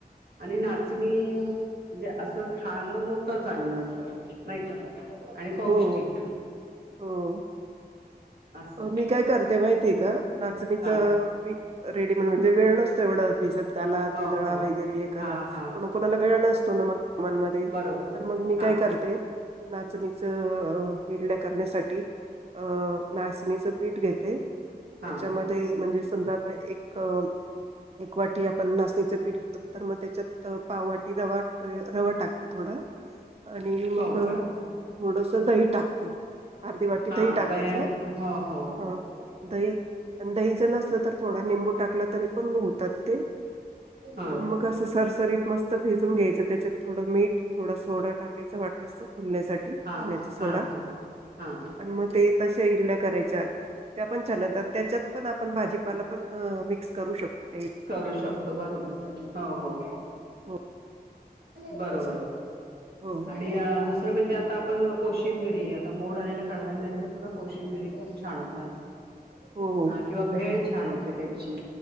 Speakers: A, on the right; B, on the right.
A: आणि नाचणी म्हणजे असं खाणं होतं चांगलं असं नाही का. आणि पौष्टिक
B: हो, हो.
A: असं
B: मी काय करते माहितीय का नाचणीचं
A: हा
B: पीठ, रेडीमेंट म्हणजे वेळ नसतोय एवढ भिजत घाला
A: हो
B: ते दळा
A: हो
B: वैगरे हे करा
A: हा हा
B: कोणाला वेळ नसतो ना, मग कामामध्ये
A: बरोबर
B: तर मग मी काय
A: हा
B: करते
A: हा
B: नाचणीच ईडल्या करण्यासाठी अ नीच पीठ घेते, त्याच्यामध्ये
A: हा
B: म्हणजे समजा आता एक एक वाटी आपण नाचणीचं पीठ तर मग त्याच्यात पाववाटी रवा, रवा टाकते थोडं आणि मग
A: हो का
B: थोडस दही टाकते. अर्धी वाटी
A: हा
B: दही टाकायचं.
A: आणि हो,
B: हां.
A: हो
B: दही, आणि दहीच नसलं तर थोडा निंबू टाकला तरी पण होतात ते
A: हा
B: आणि मग असं सरसरीत मस्त भिजून घ्यायचं त्याच्यात थोडं मीठ, थोडा सोडा टाकायचं वाटलंस तर फुलण्यासाठी.
A: हा
B: खाण्याच सोडा
A: हा हा हा
B: आणि मग ते तश्या इडल्या करायच्या. त्या पण छान होतात त्याच्यात पण आपण भाजीपाला पण मिक्स करू शकतो त्या ई
A: करू शकतो बरोबर. हो, हो
B: हो
A: बरोबर
B: तसं. हो.
A: आणि आजच दुसर म्हणजे आता आपण कोशिंबिरी आता मोड आलेल्या कडधाण्याच्या सुद्धा कोशिंबिरी खूप छान होतात
B: हो, हो.
A: अ किंवा भेळ छान होते त्याची